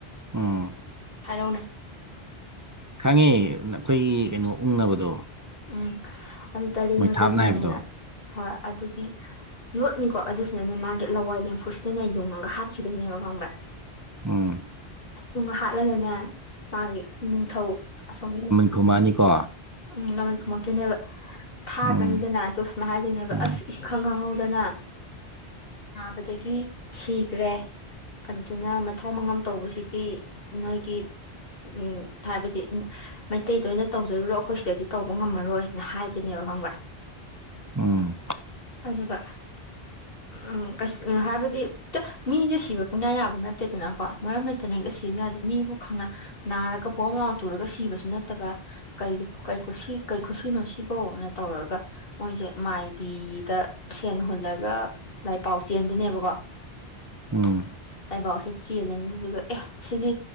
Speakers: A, on the right; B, on the left.
A: ꯎꯝ
B: ꯍꯥꯏꯔꯛꯎꯅꯦ
A: ꯈꯪꯉꯦ ꯑꯩꯈꯣꯏꯒꯤ ꯀꯩꯅꯣ ꯎꯪꯅꯕꯗꯣ
B: ꯎꯝ ꯑꯗꯨ ꯇꯔꯦꯠ
A: ꯃꯩꯊꯥꯞꯅ
B: ꯌꯣꯠꯆꯩꯁꯤꯅ
A: ꯍꯥꯏꯕꯗꯣ
B: ꯍꯣꯏ ꯑꯗꯨꯒꯤ ꯌꯣꯠꯅꯤꯀꯣ ꯑꯗꯨꯁꯤꯅꯅꯦ ꯃꯥꯒꯤ ꯂꯋꯥꯏ ꯂꯦꯝꯐꯨꯁꯤꯗꯅꯦ ꯌꯨꯡꯉꯒ ꯍꯥꯠꯈꯤꯗꯣꯏꯅꯦꯕ ꯈꯪꯕ꯭ꯔꯥ
A: ꯎꯝ
B: ꯎꯝ ꯍꯥꯠꯂꯒꯅꯦ ꯃꯥꯒꯤ ꯅꯤꯡꯊꯧ ꯑꯁꯣꯝꯒꯤ
A: ꯨꯈꯨꯃ ꯅꯤꯀꯣ
B: ꯎꯝ ꯂꯃꯟ ꯈꯨꯝꯃꯛꯇꯣꯏꯅꯦꯕ ꯊꯥꯒ꯭ꯔꯅꯤꯗꯅ
A: ꯎꯝ
B: ꯑꯗꯣ ꯁꯨꯃꯥꯏꯅ ꯍꯥꯏꯗꯣꯏꯅꯦꯕ
A: ꯎꯝ
B: ꯑꯁ ꯏꯈꯪ ꯈꯪꯍꯧꯗꯅ ꯅꯥꯕꯗꯒꯤ ꯁꯤꯒ꯭ꯔꯦ ꯑꯗꯨꯗꯨꯅ ꯃꯊꯧ ꯃꯉꯝ ꯇꯧꯕꯁꯤꯗꯤ ꯅꯣꯏꯒꯤ ꯎꯝ ꯍꯥꯏꯕꯗꯤ ꯃꯩꯇꯩꯗ ꯑꯣꯏꯅ ꯇꯧꯖꯔꯨꯔꯣ ꯑꯩꯈꯣꯏ ꯁꯤꯗꯗꯤ ꯇꯧꯕ ꯉꯝꯃꯔꯣꯏꯅ ꯍꯥꯏꯕꯅꯦꯕ ꯈꯪꯕ꯭ꯔꯥ
A: ꯎꯝ
B: ꯑꯗꯨꯒ ꯎꯝ ꯀꯩꯁ ꯍꯥꯏꯕꯗꯤ ꯇ ꯃꯤꯁꯨ ꯁꯤꯕ ꯄꯪꯌꯥ ꯌꯥꯕ ꯅꯠꯇꯦꯗꯅꯀꯣ ꯃꯔꯝ ꯂꯩꯇꯅ ꯍꯦꯛꯇ ꯁꯤꯕ ꯌꯥꯗꯦ ꯃꯤꯕꯨ ꯈꯪꯅ ꯅꯥꯔꯒ ꯕꯣꯝ ꯂꯥꯎ ꯇꯨꯔꯒ ꯁꯤꯕꯁꯨ ꯅꯠꯇꯕ ꯀꯔꯤ ꯀꯩ ꯈꯨꯁꯤ ꯀꯩ ꯈꯨꯁꯤꯅꯣ ꯁꯤꯕꯣꯅ ꯇꯧꯔꯒ ꯃꯣꯏꯁꯦ ꯃꯥꯏꯕꯤꯗ ꯁꯦꯟ ꯍꯨꯜꯂꯒ ꯂꯥꯏ ꯄꯥꯎ ꯆꯦꯟꯗꯨꯏꯅꯦꯕꯀꯣ
A: ꯎꯝ
B: ꯂꯥꯏꯕꯥꯎꯁꯦ ꯆꯦꯜꯂꯅꯤ ꯑꯗꯨꯗꯨꯒ ꯑꯦ ꯁꯤꯗꯤ